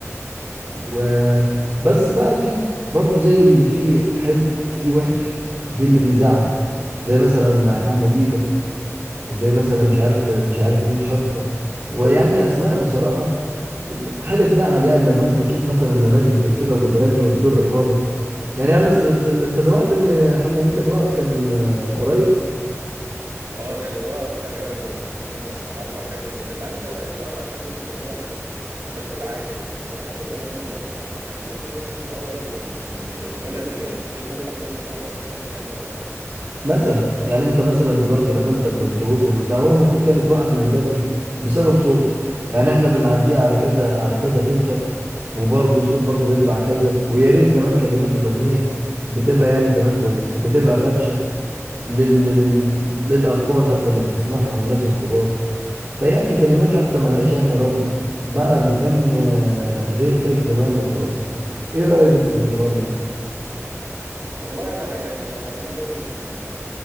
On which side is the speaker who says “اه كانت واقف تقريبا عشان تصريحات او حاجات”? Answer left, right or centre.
Right